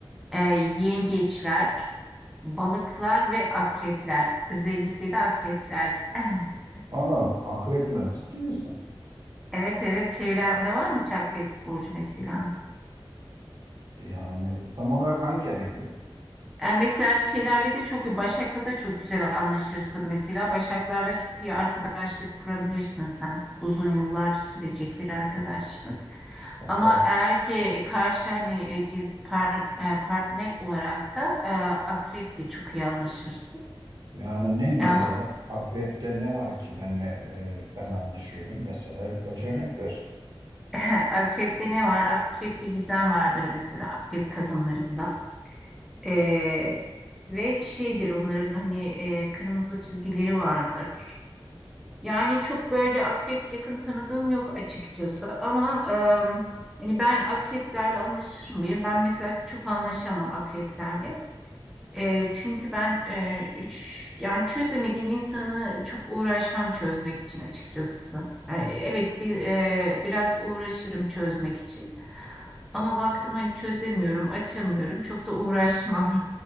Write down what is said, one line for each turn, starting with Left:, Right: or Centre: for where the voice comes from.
Centre: E, yengeçler, balıklar ve akrepler. Özellikle de akrepler. <laughs>
Right: <laughs> Aa, akrepler ciddi misin?
Centre: Evet evet çevrende var mı hiç akrep burcu mesela?
Right: Yani tam olarak hangi aydı?
Centre: Yani mesela şeylerle de çok iyi. Başak'la da çok güzel anlaşırsın mesela. Başaklarla çok iyi arkadaşlık kurabilirsin sen. Uzun yıllar sürecek bir arkadaşlık.
Right: Başak
Centre: Ama eğer ki karşı hani e, ciz par- e, partner olarak da e, akreple çok iyi anlaşırsın.
Right: Yani ne mesela
Centre: E, Ama
Right: akrepte ne var ki benle e, ben anlaşıyorum mesela birkaç örnek ver.
Centre: <laughs> akrepte ne var? Akrepte gizem vardır mesela akrep kadınlarında. E, ve şeydir onların hani e, kırmızı çizgileri vardır. Yani çok böyle akrep yakın tanıdığım yok açıkçası ama em, hani ben akreplerle anlaşır mıyım? Ben mesela çok anlaşamam akreplerle. E, çünkü ben e, ş- yani çözemediğim insanı çok uğraşmam çözmek için açıkçası. Yani evet bir e, biraz uğraşırım çözmek için. Ama baktım hani çözemiyorum, açamıyorum. Çok da uğraşmam.